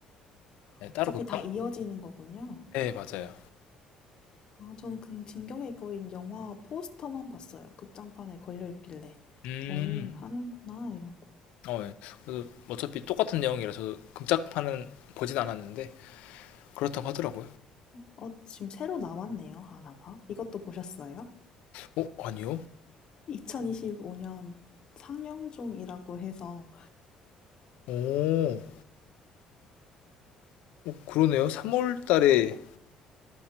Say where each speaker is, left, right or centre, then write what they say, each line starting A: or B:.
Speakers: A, on the left; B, on the left.
A: 예, 따로
B: 어차피
A: 극장
B: 다 이어지는 거군요.
A: 네, 맞아요.
B: 아 저는 그 진격의 거인 영화 포스터만 봤어요. 극장판에 걸려 있길래.
A: 음.
B: 오, 하는구나 이러고.
A: 어, 예. 그래서 어차피 똑같은 내용이라서 금짝판은 보진 않았는데 그렇다고 하더라고요.
B: 어, 지금 새로 나왔네요, 하나가. 이것도 보셨어요?
A: 어, 아니요.
B: 2025년 상영 중이라고 해서
A: 오, 그러네요. 3월 달에